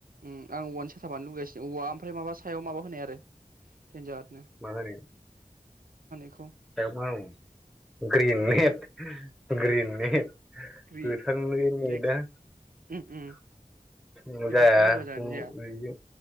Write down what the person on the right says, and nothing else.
उम आं औवानि साथा बानायनो लुगैगासिनो औवा ओमफ्राय माबा सायाव माबा होनाय आरो देनजाद नो
<unintelligible>
उम
ग्रि
रिलेक्स उम उम
बेफोरखौ
होबा जानो
जाया